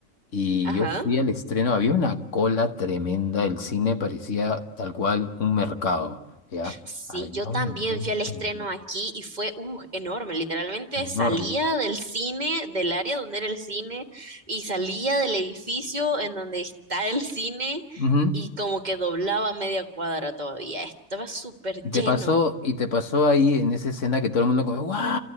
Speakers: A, on the left; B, on the right.
A: Y
B: Ajá.
A: yo fui al estreno, había una cola tremenda, el cine parecía tal cual un mercado, ¿ya?
B: Sí,
A: Había
B: yo también
A: un montón
B: fui al estreno
A: de gente,
B: aquí y fue uh, enorme. Literalmente
A: enorme.
B: salía del cine, del área donde era el cine, y salía del edificio en donde está el cine,
A: Ujú.
B: y como que doblaba media cuadra todavía. Estaba súper
A: Y te
B: lleno.
A: pasó, y te pasó ahí en esa escena que todo el mundo como, ¡guau!